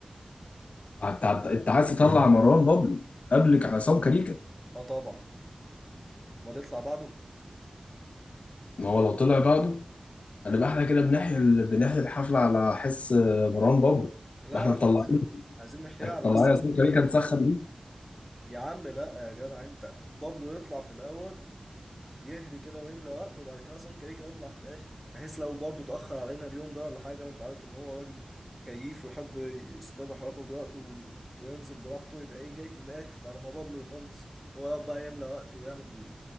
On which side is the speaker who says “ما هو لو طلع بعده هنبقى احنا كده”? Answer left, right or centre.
Left